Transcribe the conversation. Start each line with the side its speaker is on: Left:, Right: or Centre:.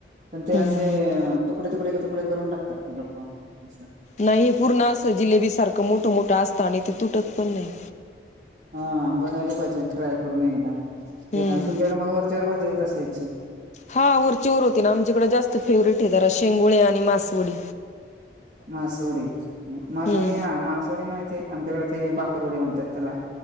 Right: पण ते
Left: हम्म
Right: असे तुकडे तुकडे तुकडे करून टाकतात ते लोक अस
Left: नाही हे पूर्ण अस जिलेबी सारखं मोठं मोठं असतं आणि ते तुटत पण नाही
Right: हा बघायले पाहिजे ट्राय करून एकदा फि
Left: हम्म
Right: तुमच्याकडे मग वरच्यावर भाजी होत असल्याची
Left: हा वरची वर होती ना आमच्याकडे जास्त फेवरेट आहे जरा शेंगोळे आणि मासवडी
Right: मासोडी मासोडी
Left: हम्म
Right: हा मासोडी माहिती आहे आमच्याकडे ते बाकरवडी म्हणतात त्याला